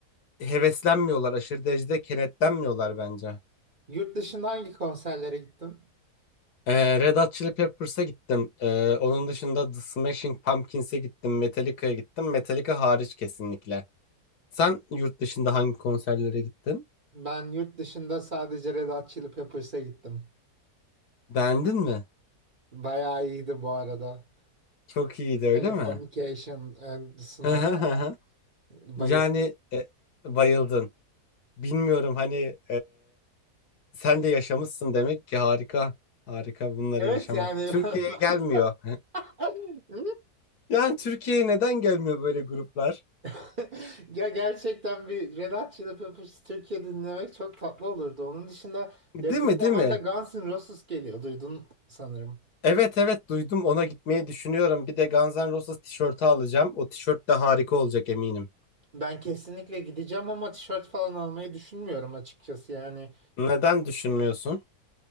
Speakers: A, on the left; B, on the right.
A: heveslenmiyorlar, aşırı derecede kenetlenmiyorlar bence.
B: Yurt dışında hangi konserlere gittin?
A: E, Red Hot Chili Peppers'a gittim. E, onun dışında The Smashing Pumpkins'e gittim, Metallica'ya gittim. Metallica hariç kesinlikle. Sen yurt dışında hangi konserlere gittin?
B: Ben yurt dışında sadece Red Hot Chili Peppers'a gittim.
A: Beğendin mi?
B: Bayağı iyiydi bu arada.
A: Çok iyiydi öyle
B: Californication
A: mi?
B: and Snow
A: <laughs>
B: bayıldım.
A: Yani e, bayıldın. Bilmiyorum hani Sen de yaşamışsın demek ki harika. Harika bunları
B: Evet
A: yaşamak.
B: yani
A: Türkiye'ye
B: <laughs> ben
A: gelmiyor. <laughs>
B: <laughs>
A: Yani Türkiye'ye neden gelmiyor böyle gruplar?
B: <laughs> Ya gerçekten bir Red Hot Chili Peppers Türkiye dinlemek çok tatlı olurdu. Onun dışında
A: Değil
B: yakın
A: mi,
B: zamanda
A: değil mi?
B: Guns N' Roses geliyor. Duydun sanırım.
A: Evet evet duydum ona gitmeyi düşünüyorum. Bir de Guns N' Roses tişörtü alacağım. O tişört de harika olacak eminim.
B: Ben kesinlikle gideceğim ama tişört falan almayı düşünmüyorum açıkçası. Yani
A: Neden düşünmüyorsun?